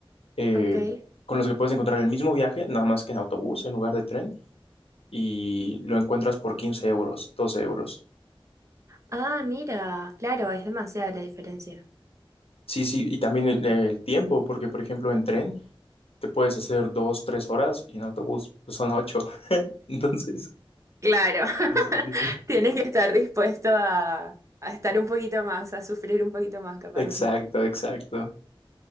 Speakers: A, on the left; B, on the right.
A: eh,
B: ok.
A: con los que puedes encontrar el mismo viaje, nada más que en autobús en lugar de tren, y lo encuentras por 15 euros, 12 euros.
B: Ah, mira, claro, es demasiada la diferencia.
A: Sí, sí, y también el, el tiempo, porque por ejemplo en tren te puedes hacer dos, tres horas y en autobús pues, son ocho. <laughs> Entonces,
B: Claro, <laughs>
A: sí, sí, sí, sí.
B: tienes que estar dispuesto a, a estar un poquito más, a sufrir un poquito más, capaz.
A: Exacto, exacto.